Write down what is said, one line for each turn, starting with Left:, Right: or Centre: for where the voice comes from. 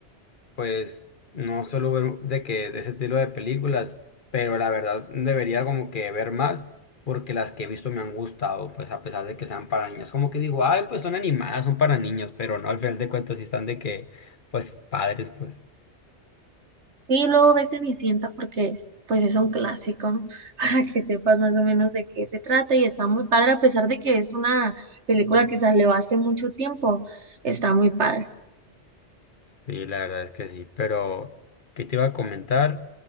Left: Pues no solo ver de que de ese estilo de películas, pero la verdad debería como que ver más porque las que he visto me han gustado, pues a pesar de que sean para niños. Como que digo, ay, pues son animadas, son para niños, pero no, al final de cuentas sí están de que, pues padres, pues.
Right: Sí, luego ves Cenicienta porque pues es un clásico, ¿no? <laughs> Para que sepas más o menos de qué se trata y está muy padre, a pesar de que es una película que salió hace mucho tiempo, está muy padre.
Left: Sí, la verdad es que sí, pero ¿qué te iba a comentar?